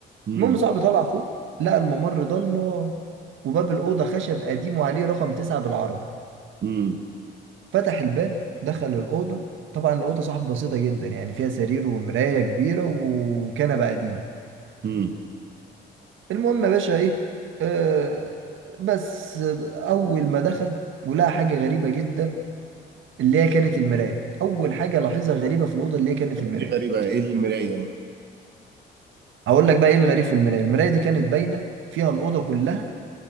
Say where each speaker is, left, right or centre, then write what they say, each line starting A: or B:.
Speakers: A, on the right; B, on the right.
A: امم
B: المهم صاحبي طالع فوق لقى الممر ضلمه وباب الاوضه خشب قديم وعليه رقم تسعة بالعربي
A: امم
B: فتح الباب دخل الاوضه طبعا الاوضه صاحبي بسيطه جدا يعني فيها سرير ومرايه كبيره وكنبه قديم
A: امم
B: المهم يا باشا ايه آه بس اول ما دخل ولقى حاجه غريبه جدا اللي هي كانت المرايه اول حاجه لاحظها غريبه في الاوضه اللي هي كانت المرايه
A: دي غريبة ايه المراية يعني
B: هقول لك بقى ايه الغريب في المرايه المرايه دي كانت باينه فيها الاوضه كلها